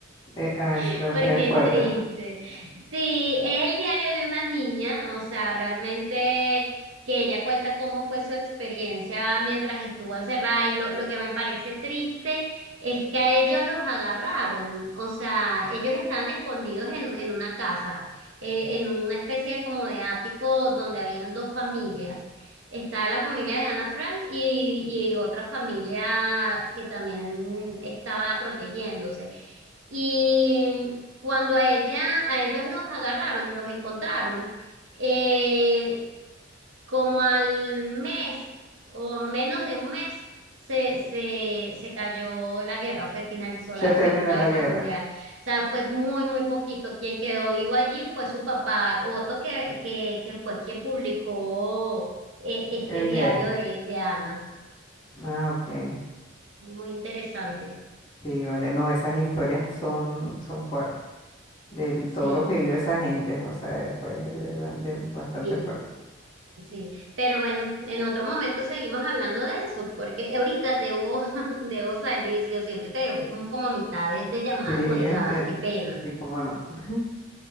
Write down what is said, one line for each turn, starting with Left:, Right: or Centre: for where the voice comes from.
Left: Eh, ah, es-
Right: <laughs>
Left: o
Right: Porque
Left: sea, es fuerte,
Right: es triste.
Left: ¿no?
Right: Sí, es el diario de una niña, o sea, realmente que ella cuenta cómo fue su experiencia mientras estuvo encerrada y lo, lo que me parece triste es que a ellos los agarraron, o sea, ellos estaban escondidos en, en una casa, eh, en una especie de como de ático donde habían dos familias. Estaba la familia de Ana Frank y, y otra familia que también estaba protegiéndose. Y cuando a ella, a ellos los agarraron, los encontraron, eh, como al mes o menos de un mes se, se, se cayó la guerra, fue, finalizó
Left: Se
Right: la
Left: terminó
Right: Segunda
Left: la
Right: Guerra
Left: guerra,
Right: Mundial. O sea, fue muy, muy poquito. Quien quedó vivo allí fue su papá, Otto, que, que, que fue quien publicó eh, este
Left: el
Right: diario
Left: diario.
Right: de, de Ana.
Left: Ah, ok.
Right: Muy interesante.
Left: Sí, vale. No, esas historias son, son fuertes. de
Right: Sí.
Left: todo lo que vivió esa gente, o sea, fue de ba- de bastante
Right: Y
Left: fuerte.
Right: Sí, pero bueno, en otro momento seguimos hablando de eso, porque ahorita debo, <laughs> debo salir, yo siempre te dejo como, como a mitad de, de llamada
Left: Sí, ent-
Right: colgada,
Left: eh,
Right: qué pena.
Left: sí, cómo no. <laughs>